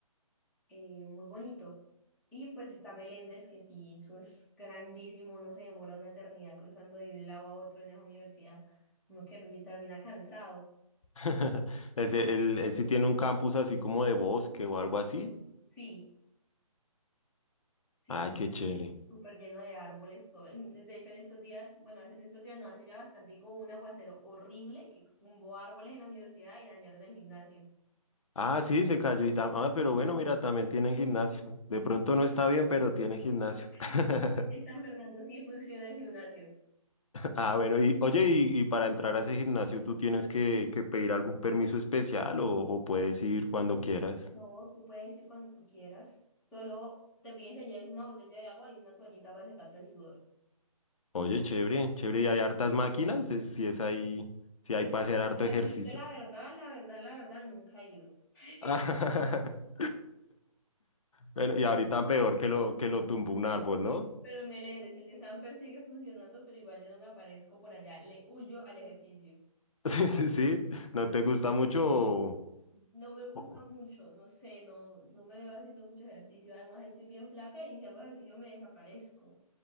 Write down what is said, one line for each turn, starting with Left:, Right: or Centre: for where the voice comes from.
Centre: eh, muy bonito. Y pues está Meléndez, que sí, eso es grandísimo, uno se demora una eternidad cruzando de un lado a otro en esa universidad, uno que me termina cansado.
Left: <laughs> Él, se- él- él sí tiene un campus así como de bosque o algo así.
Centre: Sí, sí,
Left: Ay, qué chévere.
Centre: súper lleno de árboles, todo. el- De hecho, en estos días, bueno, hace- en estos días no, hace ya bastante, hubo un aguacero horrible que tumbó árboles en la universidad y dañaron el gimnasio.
Left: Ah, sí, se cayó y tam- Ah, pero bueno, mira, también tienen gimnasio. De pronto no está bien, pero tienen gimnasio.
Centre: <laughs>
Left: <laughs>
Centre: En San Fernando sí funciona el gimnasio.
Left: Ah, bueno, y oye, y, y para entrar a ese gimnasio, ¿tú tienes que, que pedir algún permiso especial o, o puedes ir cuando
Centre: Ujú.
Left: quieras?
Centre: No, tú puedes ir cuando tú quieras. Solo te piden que lleves una botella de agua y una toallita para secarte el sudor.
Left: Oye, chévere, chévere, y hay hartas máquinas, es- si es ahí, si
Centre: Pues
Left: hay para
Centre: a
Left: hacer harto ejercicio.
Centre: decirte la verdad, la verdad, la verdad, nunca he ido. <laughs>
Left: <laughs> Bueno, y ahorita peor que lo, que lo tumbó un árbol, ¿no?
Centre: Pero en Meléndez, el de Sanfer sigue funcionando, pero igual yo no me aparezco por allá, le huyo al ejercicio.
Left: <laughs> Sí, sí, sí. ¿No te gusta mucho?
Centre: No me gusta
Left: o-
Centre: mucho, no sé, no, no me veo haciendo mucho ejercicio. Además, estoy bien flaca y si hago ejercicio me desaparezco.